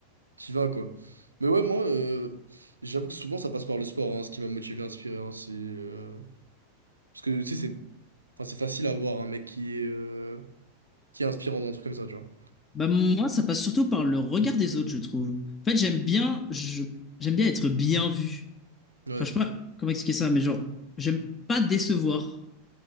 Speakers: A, on the right; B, on the left.
A: qui va, quoi. Mais ouais, moi, euh, j'avoue que souvent, ça passe par le sport, hein, ce qui m'a motivé, inspiré, hein, c'est... euh, Parce que, tu sais, c'est Enfin, c'est facile à voir un mec qui est, euh, qui est inspirant dans un truc comme ça, tu vois.
B: Bah moi, ça passe surtout par le regard des autres, je trouve. En fait, j'aime bien, je, j'aime bien être bien vu.
A: Ouais.
B: Enfin, je sais pas comment expliquer ça, mais genre, j'aime pas décevoir.